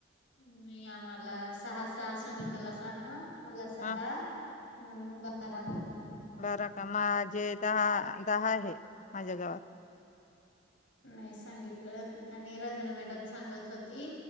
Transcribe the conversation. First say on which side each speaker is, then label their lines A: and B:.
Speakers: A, on the left; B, on the left.
A: नाही आम्हाला सहा सा सहा सांगितला सहा मला सहा
B: ह
A: म्हणून बारा
B: बर का माझे दहा दहा आहे माझ्या गावात
A: नाही सांगितलं आणि रंजना मॅडम सांगत होती